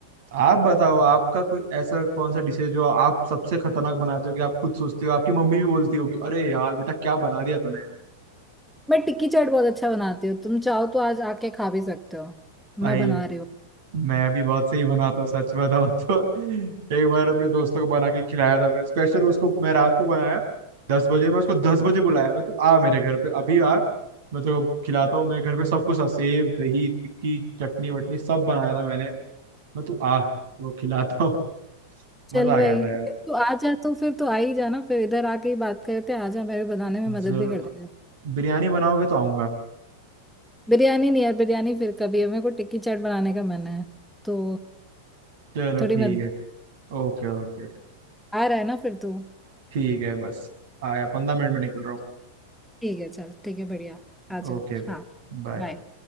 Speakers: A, on the right (about 70°); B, in the centre.
A: आप बताओ आपका कोई ऐसा कौन सा डिश है जो आप सबसे खतरनाक बनाते हो कि आप खुद सोचते हो आपकी मम्मी भी बोलती होगी अरे यार बेटा क्या बना दिया तूने
B: मैं टिक्की चाट बहुत अच्छा बनाती हूँ तुम चाहो तो आज आके खा भी सकते हो मैं
A: भाई
B: बना रही हूँ
A: मैं भी बहुत सही बनाता हूँ सच बताओ तो <laughs> एक बार अपने दोस्तों को बना के खिलाया था मैं स्पेशल उसको मैं रात को बनाया दस बजे मैं उसको दस बजे बुलाया मैं तू आ मेरे घर पे अभी आ मैं तो खिलाता हूँ मेरे घर पे सब कुछ था सेव दही टिक्की चटनी वटनी सब बनाया था मैंने मैं तू आ तो खिलाता हूँ
B: चल
A: मजा आ
B: भाई
A: गया था यार
B: तू आ जा तो फिर तो आ ही जाना फिर इधर आके ही बात करते हैं आ जा मेरे बनाने में मदद
A: जरूर
B: भी कर देगा
A: बिरयानी बनाओगे तो आऊंगा
B: बिरयानी नहीं यार बिरयानी फिर कभी है मेरे को टिक्की चाट बनाने का मन है तो
A: चलो
B: थोड़ी
A: ठीक
B: मदद
A: है ओके ओके
B: आ रहा है ना फिर तू
A: ठीक है बस आया पंद्रह मिनट में निकल रहा
B: ठीक है चल ठीक है बढ़िया आ
A: हूँ
B: जा
A: Okay
B: फिर हाँ
A: bye
B: बाय